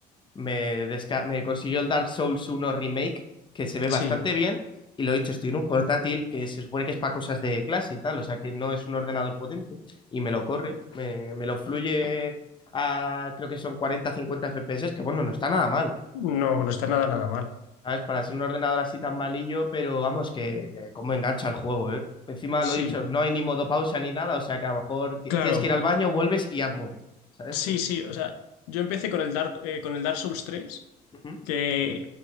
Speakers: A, on the left (about 25°); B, on the left (about 70°).
A: me, desca- me consiguió el Dark Souls uno Remake, que se ve
B: sí.
A: bastante bien, y lo he dicho, estoy en un portátil que se supone que es para cosas de clase y tal, o sea que no es un ordenador potente, y me lo corre, me, me lo fluye a creo que son 40-50 FPS, que bueno, no está nada mal,
B: No, no está nada, nada mal.
A: ¿Sabes? Para ser un ordenador así tan malillo, pero vamos, que, que cómo engancha el juego, ¿eh? Encima
B: Sí,
A: lo he dicho, no hay ni modo pausa ni nada, o sea que a lo mejor ti-
B: claro.
A: tienes que ir al baño, vuelves y has muerto, ¿sabes?
B: Sí,
A: <laughs>
B: sí, o sea, yo empecé con el Dark, eh, con el Dark Souls 3,
A: Ujú,
B: que